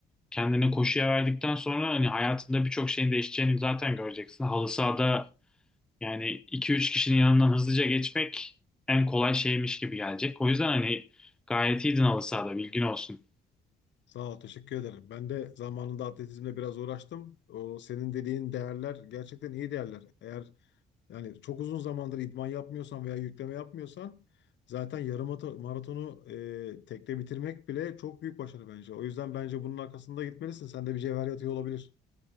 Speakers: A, in the centre; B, on the left (about 65°).
A: kendini koşuya verdikten sonra hani hayatında birçok şeyin değişeceğini zaten göreceksin. Halı sahada yani iki üç kişinin yanından hızlıca geçmek en kolay şeymiş gibi gelecek. O yüzden hani gayet iyiydin halı sahada bilgin olsun.
B: Sağ ol, teşekkür ederim. Ben de zamanında atletizmle biraz uğraştım. O senin dediğin değerler gerçekten iyi değerler. Eğer Yani çok uzun zamandır idman yapmıyorsan veya yükleme yapmıyorsan zaten yarım ato- maratonu e, tekte bitirmek bile çok büyük başarı bence. O yüzden bence bunun arkasında gitmelisin. Sende bir cevher yatıyor olabilir.